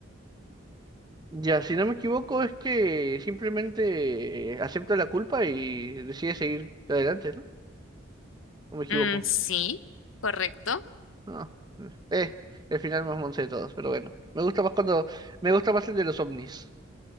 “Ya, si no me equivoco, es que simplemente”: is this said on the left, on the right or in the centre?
Right